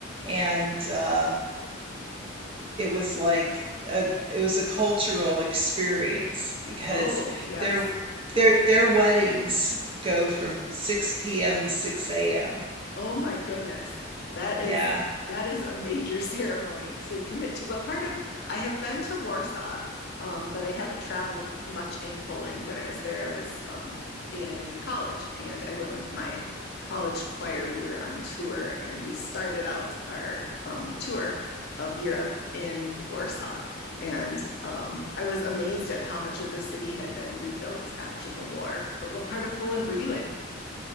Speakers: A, on the right (about 25°); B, on the left (about 50°).
A: and um, it was like a, it was a cultural experience because
B: Oh, yes.
A: their their their weddings go from 6 p.m. to 6 a.m.
B: Oh my goodness. That
A: Yeah.
B: is that is a major <laughs> ceremony to commit to. What part of I have been to Warsaw, um, but I haven't traveled much in Poland. When I was there, I was um, in college and I went with my college choir. We were on tour and we started out our um, tour of Europe in Warsaw. And um, I was amazed at how much of the city had been rebuilt after the war. But what part of Poland were you in?